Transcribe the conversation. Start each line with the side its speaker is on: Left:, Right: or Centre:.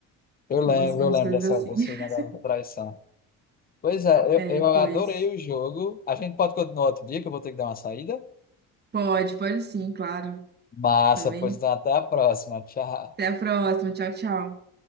Left: Eu lembro,
Right: Umas, umas
Left: eu lembro
Right: coisas
Left: dessa,
Right: assim.
Left: desse
Right: <laughs>
Left: negócio da traição. Pois é,
Right: É,
Left: eu, eu
Right: pois.
Left: adorei o jogo. A gente pode continuar outro dia, que eu vou ter que dar uma saída.
Right: Pode, pode sim, claro.
Left: Massa,
Right: Tá bem?
Left: pois então, até a próxima. Tchau.
Right: Até a próxima. Tchau, tchau.